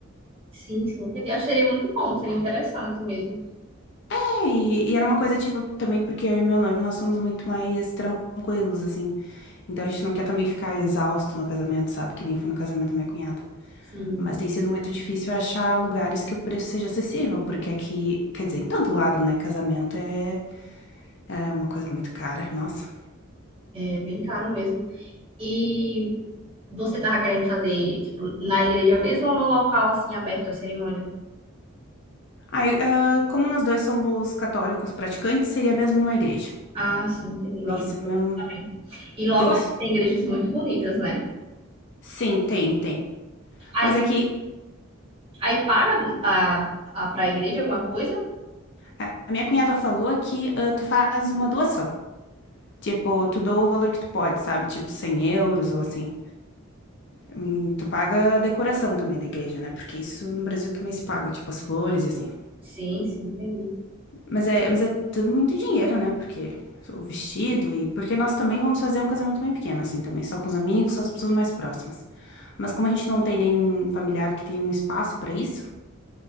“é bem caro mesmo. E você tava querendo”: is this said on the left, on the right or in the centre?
Right